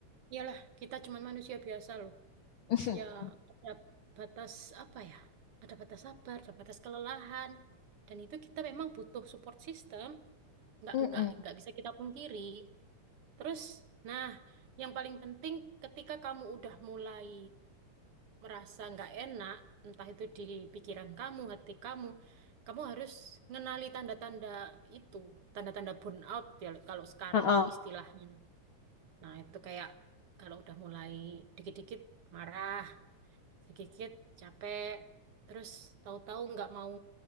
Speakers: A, on the right; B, on the left.
A: iyalah kita cuma manusia biasa loh.
B: <laughs>
A: Ya, ada batas apa ya? Ada batas sabar, ada batas kelelahan. Dan itu kita memang butuh support system. nggak
B: Mm-mm.
A: nggak nggak bisa kita pungkiri. Terus, nah, yang paling penting ketika kamu udah mulai merasa nggak enak, entah itu di pikiran kamu, hati kamu, kamu harus ngenali tanda-tanda itu, tanda-tanda burnout ya kalau sekarang
B: Heeh.
A: itu istilahnya. Nah, itu kayak kalau udah mulai dikit-dikit marah, dikit-dikit capek, terus tahu-tahu nggak mau